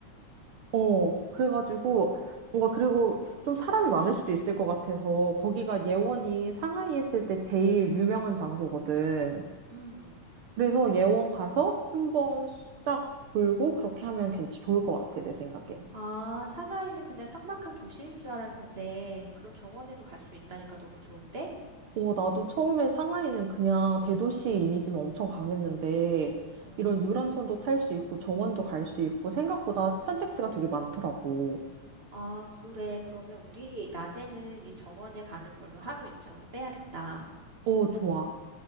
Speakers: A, on the right; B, on the right.
A: 어, 그래가지고 뭔가 그리고 좀 사람이 많을 수도 있을 것 같아서 거기가 예원이
B: 음,
A: 상하이 했을 때 제일 유명한 장소거든.
B: 음.
A: 그래서 예원 가서 한번 수작 돌고 그렇게 하면 괜찮, 좋을 것 같아, 내 생각엔.
B: 아, 상하이는 그냥 삭막한 도시일 줄 알았는데 그런 정원에도 갈 수 있다니까 너무 좋은데?
A: 어, 나도 처음에 상하이는 그냥 대도시 이미지만 엄청 강했는데,
B: 어,
A: 이런 유람선도 탈 수 있고, 정원도 갈 수 있고, 생각보다 선택지가 되게 많더라고.
B: 아, 그래. 그러면 우리 낮에는 이 정원에 가는 걸로 하루 일정을 빼야겠다.
A: 오 좋아.